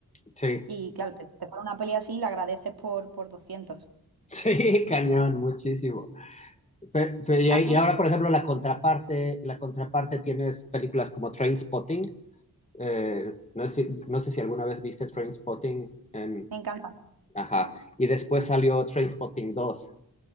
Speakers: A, on the left; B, on the right.
A: Sí,
B: Y claro, te, te ponen una peli así y la agradeces por, por doscientos
A: sí, <laughs> cañón, muchísimo. Pe- pe- y,
B: A
A: ahí-
B: mí
A: y ahora, por ejemplo, la contraparte, la contraparte tienes películas como Trainspotting. Eh, no sé, si- no sé si alguna vez viste Trainspotting en...
B: me encanta.
A: Ajá. Y después salió Trainspotting 2.